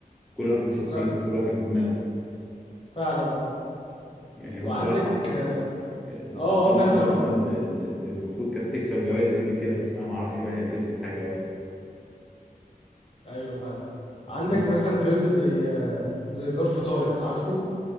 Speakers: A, in the centre; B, on the left (about 40°).
A: كل واحد بشخصيته
B: ف-
A: كل واحد بدماغه
B: فعلا اه
A: يعني هو
B: وعندك
A: بصراحة
B: اه
A: من
B: اه
A: أفلام
B: فعلا
A: من الأفلام
B: هو
A: اللي اللي المفروض كانت تكسب جوائز قد كده بس أنا معرفش بقى هي كسبت حاجة ولا لأ.
B: ايوه فعلا عندك
A: مم.
B: مثلا فيلم زي آه، زي ظرف طارق عارفه